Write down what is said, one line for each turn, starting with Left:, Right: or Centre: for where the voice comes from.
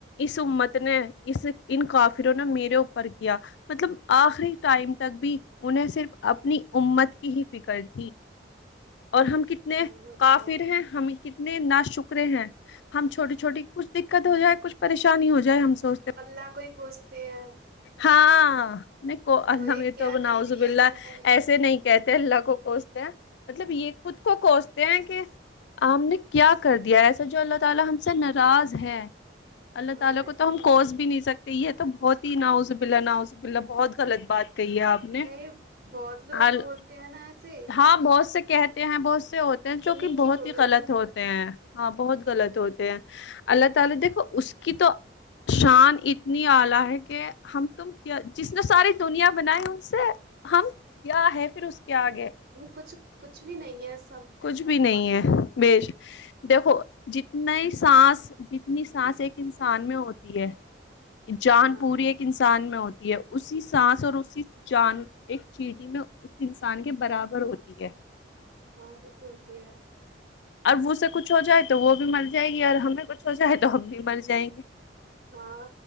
Left: اس امت نے اس ان کافروں نے میرے اوپر کیا مطلب آخری ٹائم تک بھی انہیں صرف اپنی امت کی ہی فکر تھی اور ہم کہ اتنے
Right: ہاں وہ
Left: کافر
Right: تو ہے ہی
Left: ہیں ہم کتنے نا شکرے ہیں ہم چھوٹے چھوٹی کچھ دکت ہو جائے کچھ پریشانی ہو جائے ہم سوچ
Right: اللہ کو ہی کوستے ہیں
Left: ہاں میں کو اللہ
Right: اور یہ
Left: میاں
Right: کیا
Left: تو بناؤ
Right: کر
Left: نوز
Right: دیے
Left: باللہ
Right: تم نے
Left: ایسے نہیں کہتے ہیں اللہ کو کوستے ہیں مطلب یہ خود کو کوستے ہیں کہ ہم نے کیا کر دیا ایسا جو اللہ تعالی ہم سے ناراض ہے اللہ
Right: ہاں
Left: تعالی
Right: ایسا
Left: کو تو ہم
Right: بولتے
Left: کوس
Right: ہیں
Left: بھی نہیں سک تو یہ تو بہت ہی نعوذ باللہ نعوذ باللہ بہت غلط بات کہی آپ نے
Right: نہیں بہت لوگ
Left: حل
Right: بولتے ہیں نا ایسے
Left: ہاں بہت سے کہتے ہیں بہت سے ہوتے ہیں جو
Right: انہیں
Left: کہ بہت
Right: کی بول
Left: ہی
Right: رہی
Left: غلط
Right: ہوں میں
Left: ہوتے ہیں ہاں بہت غلط ہو تے ہیں اللہ تعالی دیکھو اس کی تو شان اتنی اعلی ہے کہ ہم تم کیا جس نے ساری دنیا بنائی ان سے ہم کیا ہے پھر اس کے آگے
Right: کچھ کچھ بھی نہیں ہے اس
Left: کچھ بھی نہیں ہے بے شک دیکھو جتنی سانس جتنی سانس ایک انسان میں ہوتی ہے جان
Right: ہاں
Left: پوری ایک انسان میں ہو اسی سانس اور اسی جان ایک چیٹی میں اس انسان کے برابر ہوتی ہے
Right: ہاں وہ تو ہوتی ہے
Left: اب اسے کچھ ہو جائے تو وہ بھی مر جائے گی اور ہمیں کچھ ہو جائے تو ہم بھی مر جائیں گے
Right: ہاں